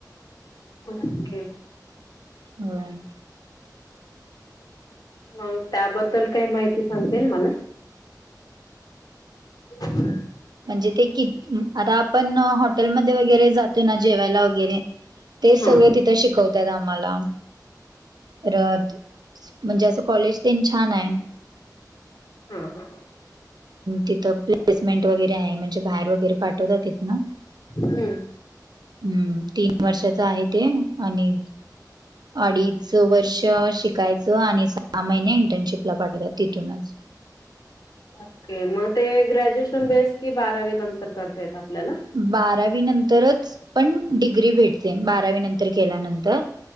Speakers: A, on the left (about 60°); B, on the right (about 70°).
A: ओके.
B: हम.
A: मग त्याबद्दल काय माहिती सांगते मला? ह.
B: म्हणजे ते कि आता आपण हॉटेलमध्ये वगैरे जातोय ना जेवायला वगैरे. तेच
A: हा
B: सगळं तिथं शिकवत ताता आम्हाला परत म्हणजे असं कॉलेज तेन छान आहे.
A: हा हा.
B: तिथं प्लेसमेंट वगैरे आहे म्हणजे बाहेर वगैरे पाठवतात तिथन.
A: हम्म.
B: हम्म तीन वर्षाच आहे ते आणि अडीच वर्ष शिकायचं आणि स हा महिने इंटर्नशिपला पाठवत्यात तिथूनच.
A: ओके मग ते ग्रॅज्युएशन बेस कि बारावी नंतर करता येत आपल्याला.
B: बारावी नंतरच पण डिग्री भेटते बारावी नंतर केल्यानंतर